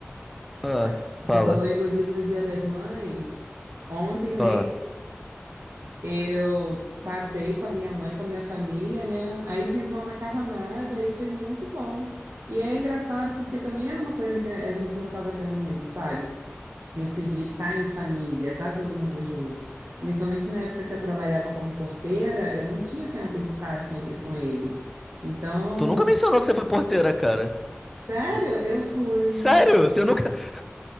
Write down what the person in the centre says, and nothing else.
Ah,
fala.
Ah,
tu nunca mencionou que você foi porteira, cara.
Sério? Você nunca. <laughs>